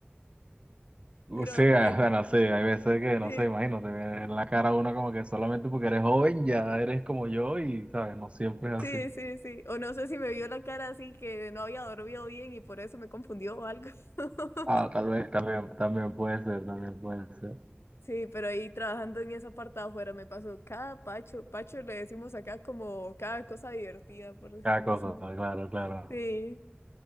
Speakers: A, on the right; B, on the left.
A: Uh,
B: Pero
A: Sí, o
B: en...
A: sea, no sé, hay veces que, no
B: Sí,
A: sé, imagino, te ve en la cara uno como que solamente porque eres joven ya eres como yo y, ¿sabes? No siempre
B: sí,
A: es así.
B: sí, sí. O no sé si me vio la cara así que no había dormido bien y por eso me confundió o algo. <laughs>
A: Ah, tal vez, también, también puede ser, también puede ser.
B: Sí, pero ahí trabajando en esa parte de afuera me pasó cada pacho. Pacho le decimos acá como cada cosa divertida, por decirlo
A: Cada cosa,
B: así.
A: claro, claro.
B: Sí,